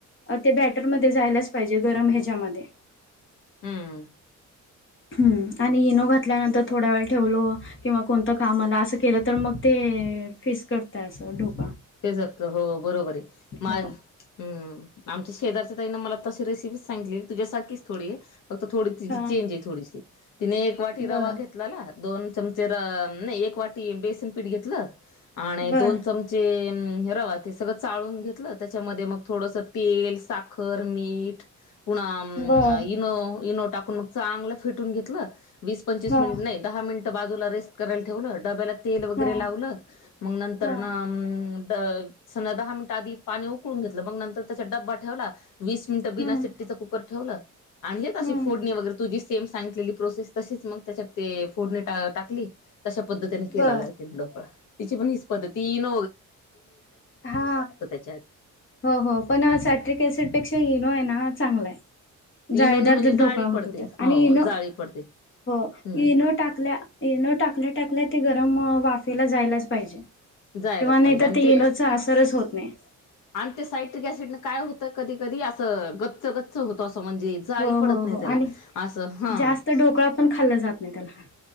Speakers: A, on the left (about 40°); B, on the left (about 80°).
A: ते बॅटन मध्ये जायलाच पाहिजे गरम ह्याच्यामध्ये
B: हम्म
A: हम्म आणि इनो घातल्यानंतर थोड्या वेळ ठेवलो किंवा कोणतं कामाला असं केलं तर मग ते फिस्काडटत अस डोक
B: हे सगत हो बरोबर आहे माझ
A: हो
B: हम्म आमच्या शेजारच्या तईने मला तशी रेसिपी सांगली तुझ्यासारीच थोडी फक्त थोडी तिची
A: हा
B: चेंज आहे थोडीशी तिने एक वाटी
A: बर
B: रवा घेतलाला. दोन चमचे नाही एक वाटी बेसन पीठ घेतलं आणि
A: बर
B: दोन चमचे रवा ते सगळं चाळून घेतलं त्याच्यामध्ये मग थोडस तेल साखर मीठ पुन
A: बर
B: इनो इनो टाकून मग चांगलं फिटून घेतलं. वीस पंचवीस
A: हा
B: मिनिट नाही दहा मिनिट बाजूला रेस्ट करायला ठेवलं डब्याला तेल वगैरे
A: हा
B: लावलं मग नंतर
A: हा
B: ना समजा दहा मिनिटं आधी पाणी उकळून घेतलं मग नंतर त्याचा डब्बा ठेवला वीस मिनिटं बिनासिट्टीचं
A: हम्म
B: कुकर ठेवलं आणि हे अशी
A: हम्म
B: फोडणी वगैरे तुझी सेम सांग प्रोस तशी मग त्याच्यात फोडणी टाकली. तशा पद्धतीने केला
A: बर
B: आहे ति ढोकळा तिची पण हीच पद्धती न,
A: हा
B: त्याच्यात
A: हो हो पण साट्रिक ऍसिड पेक्षा इनो आहे ना. ह चांगला जाळेदार
B: इनोने म्हणजे
A: जर
B: जाळी
A: ढोकळा होतो
B: पडते
A: त्यात आणि
B: हो
A: न,
B: जाळी पडते
A: हो
B: हम्म
A: ईनो टाकल्या टाकल्या टाकल्या ते गरम वाफेला जायलाच पाहिजे,
B: जायलाच
A: किंवा नाही
B: पाहिजे
A: तर
B: आणि ते
A: इनोचा
B: <inaudible>
A: असरच होत नाही
B: आणि ते सायट्रिक सिड काय होत कधी कधी असं गच्च गच्च होत अस म्हणजे जाळी
A: हो
B: पडत
A: हो
B: नाही
A: हो
B: त्याला
A: आणि
B: असं हा
A: जास्त
B: <inaudible>
A: ढोकळा पण खाल्ला जात नाही त्याला